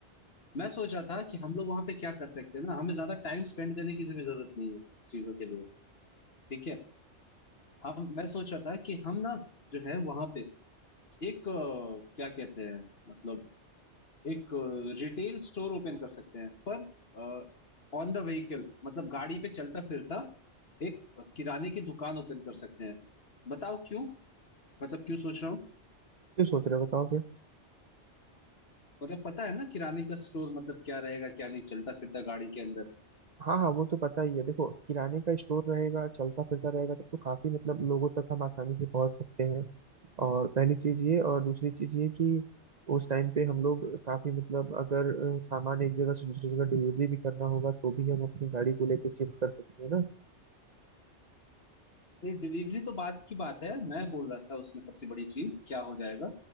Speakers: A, on the left; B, on the right.
A: मैं सोचा था कि हम लोग वहां पे क्या कर सकते हैं ना हमें ज्यादा टाइम स्पेंड करने की भी जरूरत नहीं है चीजों के लिए ठीक है हम मैं सोचा था कि हम ना जो है वहां पे एक अ, क्या कहते हैं मतलब एक रिटेल स्टोर ओपन कर सकते हैं पर ऑन द व्हीकल मतलब गाड़ी पे चलता फिरता एक किराने की दुकान ओपन कर सकते हैं बताओ क्यों मतलब क्यों सोच रहा हूँ
B: क्यों सोच रहे हो बताओ फिर
A: मतलब पता है ना किराने का स्टोर मतलब क्या रहेगा क्या नहीं चलता फिरता गाड़ी के अंदर
B: हाँ हाँ वो तो पता ही है देखो किराने का स्टोर रहेगा चलता फिरता रहेगा तब तो काफी मतलब लोगों तक हम आसानी से पहुंच सकते हैं और पहली चीज ये और दूसरी चीज ये कि उस टाइम पे हम लोग काफी मतलब अगर अ, सामान एक जगह से दूसरी जगह डिलीवरी भी करना होगा तो भी हम अपनी गाड़ी को लेके शिफ्ट कर सकते हैं ना
A: ये डिलीवरी तो बात की बात है मैं बोल रहा था उसमें सबसे बड़ी चीज क्या हो जाएगा